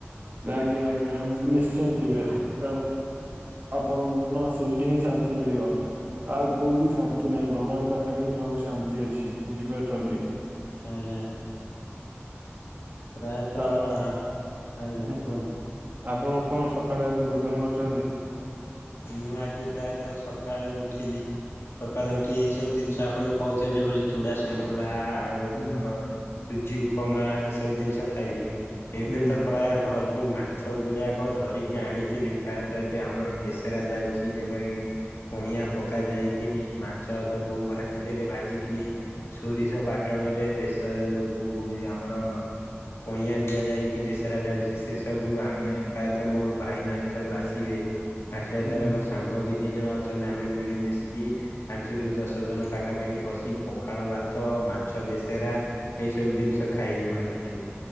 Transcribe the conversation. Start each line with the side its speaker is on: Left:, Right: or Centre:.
Right: ଆଜ୍ଞା ଆଜ୍ଞା ନିଶ୍ଚୟ ଯିବେ କାରଣ ଆପଣଙ୍କ ମନ ସେଇଠି ହିଁ ଶାନ୍ତି ମିଳିବ ଆଉ କୋଉଠି ଶା ନ୍ତି ନାହିଁ ଭଗବାନ ପାଖରେ ହିଁ ସବୁ ଶାନ୍ତି ଅଛି ବୁଝିପାରୁଛନ୍ତି।
Left: ଆଜ୍ଞା। ପ୍ରାୟତଃ-ଅ-ଅ
Right: ତ ଆପ-
Left: ଆଜ୍ଞା
Right: ହୁଁ
Left: କୁହନ୍ତୁ
Right: ଆପଣ କଣ ସକାଳୁ ଆଜି ଭୋଜନ କରିଛନ୍ତି?
Left: ମୁଁ ଆଜି ପ୍ରାୟତଃ ସକାଳୁ ଉଠିଲି ସକାଳୁ
Right: ହୁଁ
Left: ଉଠି ସବୁ ଜିନିଷ ଆପଣଙ୍କୁ କହୁଥିଲି ଯେପରି ଚୁଡା ସନ୍ତୁଳା-ଆ-ଆ-ଆ ଆଉ
Right: ହୁଁ
Left: ମୋର ସୁଜି ଉପୁମା ଏସବୁ ଜିନିଷ ଖାଇଲି ଏବେ
Right: ହୁଁ
Left: ତ ପ୍ରାୟ ଘ ଯୋଉ ମାଛ ଗୁଡାକ ଧରିକି ଆଣିଥିଲି ପ୍ରାୟତଃ ଏବେ ଆମର ବେସରା ଯାଉଛି ଯେପରି କିି କଇଁଆ ପକା ଯାଇକିନି ମା ଛ ସବୁ ଭାଜି ଦେଲେ ଭାଜିିକିନି ସୋରିଷ ବାଟ୍ ଣରେ ବେଶ ଯେଉ-ଉ-ଉ ଯ ଆମର କଇଁଆ ଦିଆ ଯାଇକି ବେସରା ଯାଉଛି ସେ ସବୁ ଆମେ ପ୍ରାୟତଃ ମୋର ଭାଇ ମାନେ ସବୁ ଆସିବେ। ଆସିଵା
Right: ହୁଁ
Left: ଦ୍ଵାରା ମୋ ସାଙ୍ଗ ବି ଦି ଜଣ ଅଛନ୍ତି ଆମେ ମିଳିମିଶିକି ପାଞ୍ଚରୁ ଦଶ ଜଣ ପାଖାପାଖି ବସିି ପଖାଳ ଭାତ ମାଛ ବେସେରା ଏଇ ସବୁ ଜିନିଷ ଖାଇବୁ ଭାବିଛୁ।